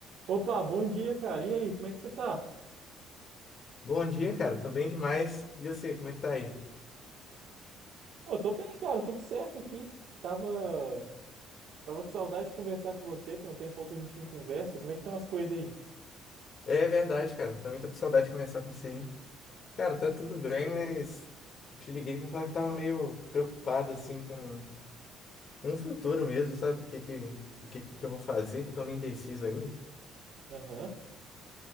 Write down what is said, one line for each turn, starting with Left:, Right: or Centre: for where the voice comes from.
Right: Opa, bom dia, cara. E aí, como é que você tá?
Left: Bom dia, cara. Tô bem demais. E você, como é que tá aí?
Right: Pô, tô bem, cara, tudo certo aqui. Tava, tava com saudade de conversar com você, tem um tempo que a gente não conversa. Como é que estão as coisas aí?
Left: É verdade, cara. Também tô com saudade de conversar com você, hein? Cara, tá tudo bem, mas eu te liguei pra falar que eu tava meio preocupado, assim, com, com o futuro mesmo, sabe? Do que que, o que que eu vou fazer, que eu tô meio indeciso ainda.
Right: Aham.